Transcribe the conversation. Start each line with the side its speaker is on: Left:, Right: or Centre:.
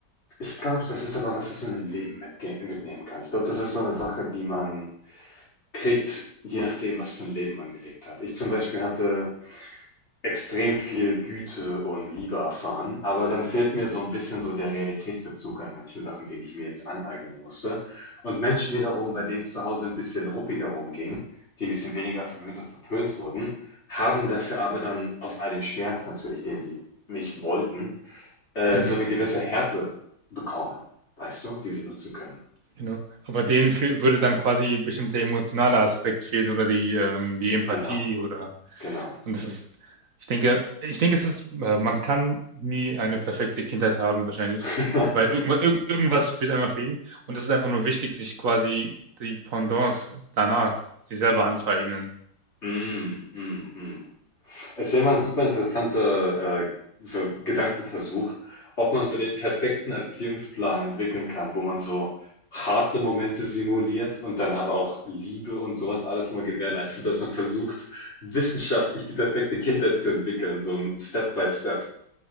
Left: Ich glaube, das ist aber was, was man im Leben mitge mitnehmen kann. Ich glaube, das ist so eine Sache, die man kriegt, je nachdem, was für ein Leben man gelebt hat. Ich zum Beispiel hatte extrem viel Güte und Liebe erfahren, aber dann fehlt mir so ein bisschen so der Realitätsbezug an manchen Sachen, den ich mir jetzt aneignen musste. Und Menschen wiederum, bei denen es zu Hause ein bisschen ruppiger rumging, die ein bisschen weniger verwöhnt und verpönt wurden, haben dafür aber dann aus all dem Schmerz natürlich, den sie nicht wollten, äh,
Right: Mhm,
Left: so eine gewisse Härte bekommen, weißt du, die sie nutzen können.
Right: genau. Aber denen fehl, würde dann quasi bestimmt der emotionale Aspekt fehlen oder die, ähm, die Empathie
Left: Genau,
Right: oder,
Left: genau.
Right: und das ist, ich denke, ich denke, es ist, äh, man kann nie eine perfekte Kindheit haben, wahrscheinlich,
Left: <laughs>
Right: weil irgendwas, irgend, irgendwas wird einmal fehlen und es ist einfach nur wichtig, sich quasi die Pendants danach, sich selber anzueignen.
Left: Mhm, mhm, mhm. Es wäre mal ein super interessanter äh, so Gedankenversuch, ob man so den perfekten Erziehungsplan entwickeln kann, wo man so harte Momente simuliert und dann aber auch Liebe und sowas alles immer gewährleistet, dass man versucht, wissenschaftlich die perfekte Kindheit zu entwickeln, so ein Step-by-Step.